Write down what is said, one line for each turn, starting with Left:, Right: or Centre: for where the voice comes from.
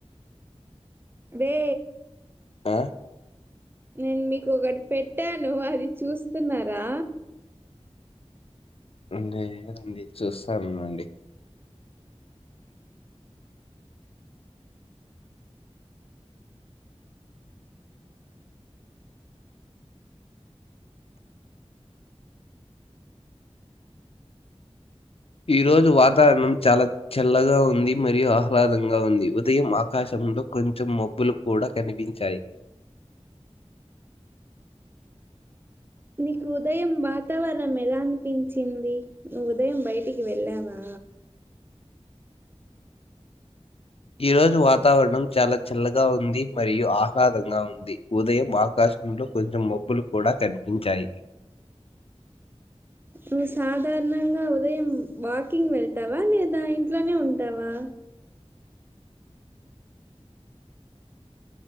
Right: రే
Left: ఆ
Right: నేను మీకు ఒకటి పెట్టాను అది చూస్తున్నారా
Left: నదండి చూస్తానున్నాండి ఈ రోజు వాతావరణం చాలా చల్లగా ఉంది మరియు ఆహ్లాదంగా ఉంది ఉదయం ఆకాశంలో కొంచెం మబ్బులు కూడా కనిపించాయి
Right: నీకు ఉదయం వాతావరణం ఎలా అనిపించింది నువ్వు ఉదయం బయటికి వెళ్ళావా
Left: ఈరోజు వాతావరణం చాలా చల్లగా ఉంది మరియు ఆహ్లాదంగా ఉంది ఉదయం ఆకాశంలో కొంచెం మబ్బులు కూడా కనిపించాయి
Right: నువ్వు సాధారణంగా ఉదయం వాకింగ్ వెళ్తావా లేదా ఇంట్లోనే ఉంటావా